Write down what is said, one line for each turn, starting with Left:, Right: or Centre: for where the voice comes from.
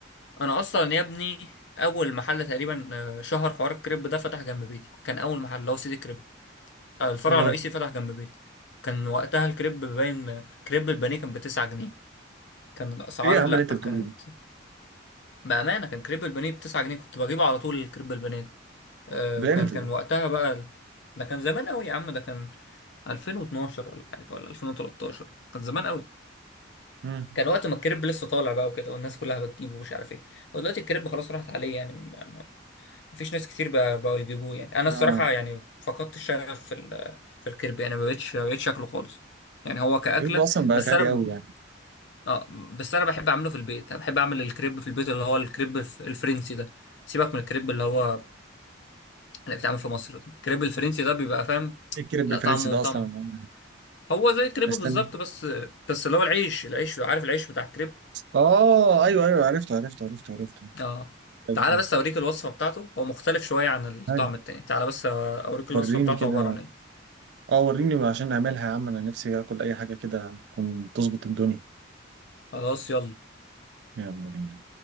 Left: أنا أصلا يا ابني أول محل تقريبا آه، شهر حوار الكريب ده فتح جنب بيتي كان أول محل اللي هو سيدي كريب آه، الفرع
Right: اه
Left: الرئيسي فتح جنب بيتي كان وقتها الكريب باين آه، كريب البانيه كان بتسعة جنيه كان الأسعار
Right: ايه يا عم
Left: لأ
Right: اللي انت بتقوله
Left: كانت
Right: ده؟
Left: بأمانة كان كريب البانيه بتسعة جنيه كنت بجيبه على طول الكريب البانيه آه،
Right: ده
Left: وكان
Right: امتى
Left: كان
Right: ده؟
Left: وقتها بقى ال- ده كان زمان قوي يا عم ده كان 2012 ولا حاجه ولا 2013 كان زمان قوي
Right: امم
Left: كان وقت ما الكريب لسه طالع بقى وكده والناس كلها بتجيبه ومش عارف ايه هو دلوقتي الكريب خلاص راحت عليه يعني ما ما- مفيش ناس كتير بقى- بقوا يجيبوه يعني انا
Right: اه
Left: الصراحه يعني فقدت الشغف في ال- في الكريب يعني ما بقتش ما بقتش شكله خالص يعني هو كأكلة
Right: الكريب ده اصلا بقى
Left: بس
Right: غالي
Left: انا ب-
Right: قوي يعني.
Left: اه بس انا بحب اعمله في البيت انا بحب اعمل الكريب في البيت اللي هو الكريب الف- الفرنسي ده سيبك من الكريب اللي هو اللي بيتعمل في مصر ده الكريب الفرنسي ده بيبقى فاهم
Right: ايه الكير البريفرنسي
Left: لا طعمه
Right: ده
Left: طعم
Right: اصلا أنا عمري-
Left: هو زي الكريب
Right: استنى
Left: بالظبط بس بس اللي هو العيش العيش عارف العيش بتاع الكريب
Right: اه ايوه ايوه عرفته عرفته عرفته عرفته
Left: اه
Right: أيوة.
Left: تعالى بس اوريك الوصفة بتاعته هو مختلف شوية عن الطعم
Right: عارف.
Left: التاني تعالى بس اوريك
Right: وريني
Left: الوصفة بتاعته
Right: كده
Left: عبارة عن ايه
Right: اه وريني عشان نعملها يا عم انا نفسي اكل اي حاجه كده تكون تظبط الدنيا
Left: خلاص يلا
Right: يلا بينا.